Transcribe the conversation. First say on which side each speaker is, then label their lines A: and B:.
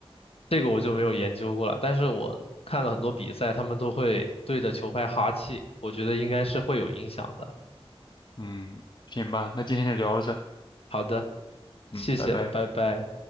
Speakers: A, on the left; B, on the left.
A: 这个我就没有研究过了，但是我看了很多比赛，他们都会对着球拍哈气，我觉得应该是会有影响的。
B: 嗯，行吧，那今天就聊到这，
A: 好的，
B: 嗯，
A: 谢谢，
B: 拜拜。
A: 拜拜。